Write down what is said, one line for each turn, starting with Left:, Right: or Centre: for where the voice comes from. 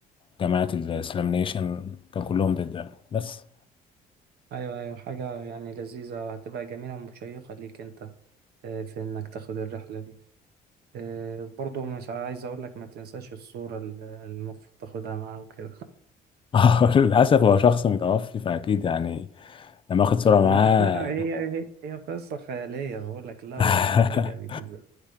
Left: جماعة الإسلام نيشن كان كلهم ضد يعني بس
Right: ايوه ايوه حاجة يعني لذيذة وهتبقى جميلة ومشيقة ليك انت آه، في انك تاخد الرحلة دي آه، برضو مش عايز اقول لك ما تنساش الصورة ال- المفروض تاخدها معاه وكده <laughs>
Left: <laughs> للأسف هو شخص متوفي فأكيد يعني لما اخد صورة معاه
Right: ما احنا هي هي هي قصة خيالية بقول لك لو
Left: اه
Right: يعني رجع بيك ازاي